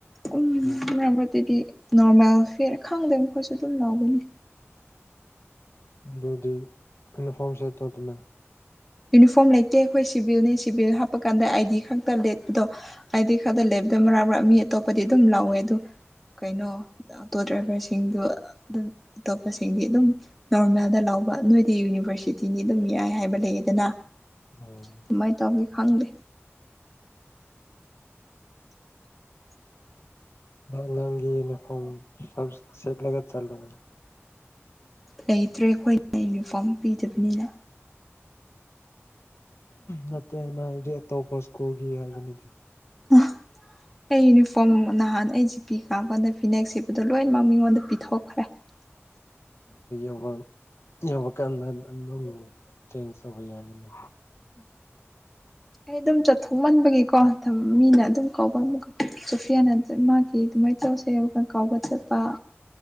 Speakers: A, in the centre; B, on the left.
A: ꯎ
B: ꯎꯝ
A: ꯃꯥꯡꯠꯇꯗꯤ ꯅꯣꯔꯃꯦꯜ ꯐꯦꯠ ꯈꯪꯗꯣꯏ ꯃꯈꯣꯏꯁꯨ ꯑꯗꯨꯝ ꯂꯥꯎꯒꯅꯤ
B: ꯑꯗꯨꯗꯤ ꯌꯨꯅꯤꯐꯥꯝꯁꯦ ꯇꯗꯅ
A: ꯌꯨꯅꯤꯐꯣꯔꯝ ꯂꯩꯇꯦ ꯑꯩꯈꯣꯏ ꯁꯤꯚꯤꯜꯅꯤ ꯁꯤꯚꯤꯜ ꯍꯥꯞꯄ ꯀꯥꯟꯗ ꯑꯥꯏ ꯗꯤ ꯈꯛꯇ ꯑꯗꯣ ꯑꯥꯏ ꯗꯤ ꯈꯛꯇ ꯃꯔ ꯃꯔꯥ ꯃꯤ ꯑꯇꯣꯞꯄꯗꯤ ꯑꯗꯨꯝ ꯂꯧꯋꯦ ꯑꯗꯨꯣ ꯀꯩꯅꯣ ꯑꯣꯇꯣ ꯗ꯭ꯔꯥꯏꯚꯔꯁꯤꯡꯗꯨ ꯑꯗꯨꯝ ꯑꯇꯣꯞꯄꯁꯤꯡꯗꯤ ꯑꯗꯨꯝ ꯅꯣꯔꯃꯦꯜꯗ ꯂꯥꯎ ꯇ ꯅꯣꯏꯗꯤ ꯌꯨꯅꯤꯚꯔꯁꯤꯇꯤꯅꯤ ꯑꯗꯨꯝ ꯌꯥꯏ ꯍꯥꯏꯕ ꯂꯩ ꯑꯗꯨꯅ
B: ꯑꯗ
A: ꯀꯃꯥꯏꯅ ꯇꯧꯒꯦ ꯈꯪꯗꯦ <unintelligible>
B: ꯉꯥꯡ ꯌꯨꯅꯤꯐꯣꯔ ꯁ ꯆꯠꯂ ꯆꯠꯂ
A: ꯂꯩꯇ꯭ꯔꯦ ꯑꯩꯈꯣꯏꯅ ꯌꯨꯅꯤꯐꯣꯔꯝ ꯄꯤꯗꯕꯅꯤꯅ
B: ꯅꯠꯇꯦꯅ ꯍꯥꯏꯕꯗꯤ ꯑꯇꯣꯞꯄ ꯁ꯭ꯀꯨꯜꯒꯤ ꯍꯥꯏꯕꯅꯤꯗ
A: ꯑ ꯑꯩ ꯌꯨꯅꯤꯐꯣꯔꯝ ꯅꯍꯥꯟ ꯑꯩꯁꯤꯖꯤꯄꯤ ꯀꯥꯄꯥꯟꯗ ꯐꯤꯅꯦꯛ ꯁꯦꯠꯄꯗꯣ ꯂꯣꯏꯅꯃꯛ ꯃꯤꯉꯣꯟꯗ ꯄꯤꯊꯣꯛꯈ꯭ꯔꯦ <unintelligible>
B: ꯑꯕ ꯌꯧꯕ ꯀꯥꯟꯗ ꯑꯗꯨꯝ ꯆꯦꯟꯖ ꯇꯧꯕ ꯌꯥꯗꯅ
A: ꯑꯩ ꯑꯗꯨꯝ ꯆꯠꯊꯣꯛꯃꯟꯕꯒꯤꯀꯣ ꯃꯤꯅ ꯑꯗꯨꯝ ꯀꯧꯕꯥꯎ ꯑꯃꯨꯛ ꯆꯨꯐꯌꯥꯅ ꯃꯥꯒꯤ ꯑꯗꯨꯃꯥꯏꯅ ꯇꯧꯁꯦꯕ ꯀꯥꯎꯕ ꯆꯠꯄ ꯑ